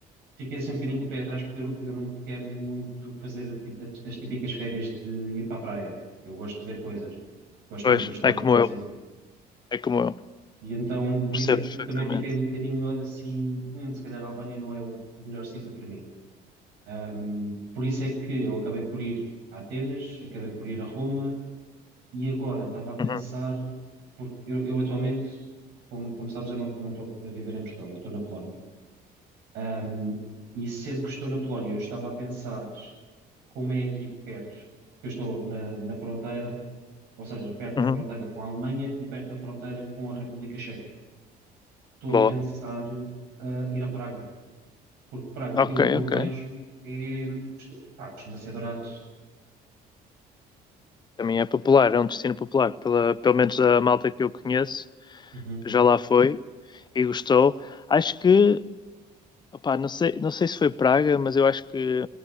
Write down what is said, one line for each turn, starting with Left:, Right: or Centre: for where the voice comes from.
Right: Fiquei assim um bocadinho com o pé atrás porque eu, eu não quero muito fazer a ti- as típicas férias de ir para a praia. Eu gosto de ver coisas. Gosto
Left: Pois,
Right: muito da história,
Left: é como
Right: por exemplo.
Left: eu, é como eu,
Right: E então, por
Left: percebo
Right: isso é que
Left: perfeitamente.
Right: também fiquei um bocadinho assim, "Hum, se calhar a Albânia não é o melhor sítio para mim. Ahm, por isso é que eu acabei por ir a Atenas, acabei por ir a Roma, e agora estava a pensar,
Left: Uhum,
Right: porque eu, eu atualmente, como, como sabes, eu não não estou a viver em Portugal, eu estou na Polónia. Ahm, e sendo que estou na Polónia, eu estava a pensar como é aqui perto, porque eu estou na, na fronteira, ou seja, perto da
Left: uhum.
Right: fronteira com a Alemanha e perto da fronteira com a República Checa. estou
Left: Boa.
Right: a pensar eh, ir a Praga, porque Praga, pelo
Left: Ok,
Right: que eu
Left: ok.
Right: vejo, é, costu- pá, costuma ser barato.
Left: Também é popular, é um destino popular. Pela, pelo menos a malta que eu conheço
Right: Uhum,
Left: já lá foi e gostou. Acho que Opá, não sei, não sei se foi praga, mas eu acho que,